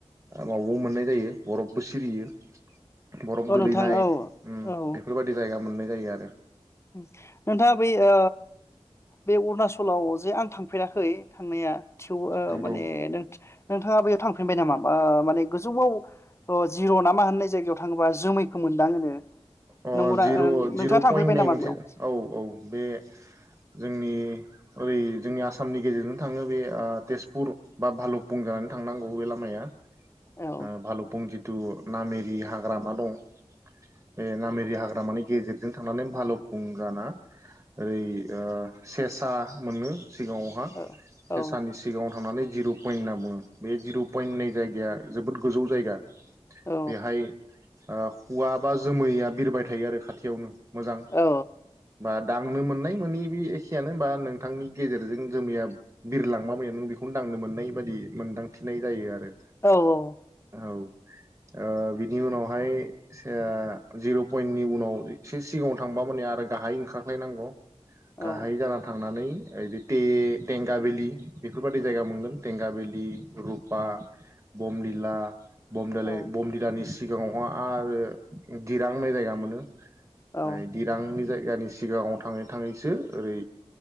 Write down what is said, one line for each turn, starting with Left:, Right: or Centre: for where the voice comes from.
Right: मावबो मोननाय जायो बरफबो सिरियो बरफ
Left: औ
Right: गोलैनाय
Left: नोंथां औ
Right: ओम
Left: औ
Right: बेफोरबायदि जायगा मोननाय जायो आरो
Left: नोंथाङा बै ओ बे अरुनाचलाव जे आं थांफेराखै थांनाया थिउ ओ
Right: नंगौ
Left: माने नों-नोंथाङा बैयाव थांफिनबाय ओ नामा माने गोजौआव अ जिर' नामा होननाय जायगायाव थाङोबा जोमैखौ मोनदाङोनो
Right: अ
Left: नंगौना
Right: जिर'
Left: ओ
Right: जिर'
Left: नोंथाङा थांफेरबाय
Right: पइन्ट बुंनाय
Left: नामा
Right: मोनसे
Left: बेयाव
Right: औ औ बे जोंनि ओरै जोंनि आसामनि गेजेरजों थाङो बे ओ तेजपुर बा भालुफुं जानानै थांनांगौ बे लामाया
Left: औ
Right: ओ भाल'फुंंजि जिथु नामेरि हाग्रामा दं बे नामेरि हाग्रामानि गेजेरजों थांनानै भालौ फुंगाना ओरै ओ सेसा मोनो सिगाङावहा
Left: औ औ
Right: सेसानि सिगाङाव थांनानै जिर' पइन्ट होनना बुङो बे जिर' पयन्ट होननाय जायगाया जोबोद गोजौ जायगा
Left: औ
Right: बेहाय आ खुवाबा जोमैया बिरबाय थायो आरो खाथियावनो मोजां
Left: औ
Right: बा दांनो मोननाय मोनि बे एखेयानो बा नोंथांनि गेजेरजों जोमैया बिरलांबा नों बेखौनो दांनो मोननाय बादि मोनदांथिनाय जायो आरो।
Left: औ औ
Right: औ ओ बिनि ओ उनावहाय सेया जिर' पइन्टनि उनाव एसे सिगाङाव थांबा माने आरो गाहायै ओंखारख्लाय नांगौ।
Left: औ
Right: गाहाय जाना था थांनानै ओेरैदि टे टेंगाबेलि बेफोरबायदि जायगा मोनगोन टेंगा भेलि रुपा बमदिला बमदोलै
Left: औ
Right: बमदिलानि सिगाङावहा आरो गिरां होननाय जायगा मोनो
Left: औ
Right: फाय दिरांनि जाय इरानि सिगाङाव थाङै थाङैसो ओरै